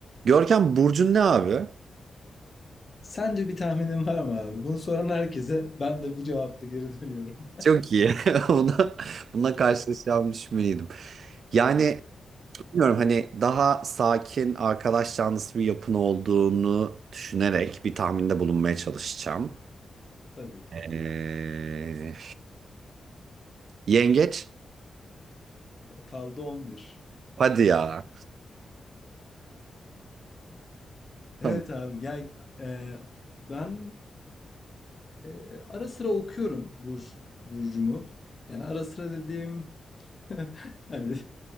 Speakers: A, on the right; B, on the left.
A: Görkem Burcun ne abi?
B: Sence bir tahminin var mı abi? Bunu soran herkese ben de bu cevapta geri dönüyorum.
A: Çok iyi. <laughs> Buna, bununla karşılaşacağımı düşünmeliydim. Yani bilmiyorum hani daha sakin arkadaş canlısı bir yapın olduğunu düşünerek bir tahminde bulunmaya çalışacağım.
B: <laughs> Tabii ki.
A: Ee, yengeç?
B: E, Kaldı 11.
A: Hadi ya.
B: Evet
A: Tamam.
B: abi gel e, ben e, ara sıra okuyorum Bur Burcu'mu. Yani ara sıra dediğim <laughs> hani